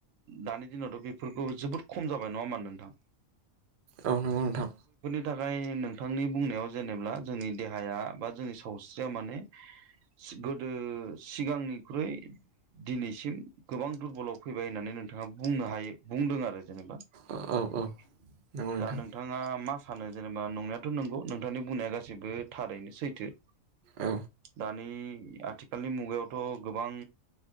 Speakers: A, on the right; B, on the right.
A: दानि दिनावथ' बेफोरखौ जोबोद खम जाबाय नङा मा नों थां
B: औ नोंगौ नोंथां।
A: बेनि थाखाय नोंथांनि बुंनायाव जेनेब्ला जोंनि देहाया बा जोंनि सावस्रिया माने सि गोदो सिगांनिख्रुइ दिनैसिम गोबां दुरबलाव फैबाय होननानै नोंथाङा बुंनो हायो बुंदों आरो जेनेबा
B: ओ औ औ नंगौ नोंथां
A: दा नोंथाङा मा सानो जेनेबा नंनायाथ' नोंगौ नोंथांनि बुंनाया गासैबो थारैनो सैथो।
B: औ
A: दानि आथिखालनि मुगायावथ' गोबां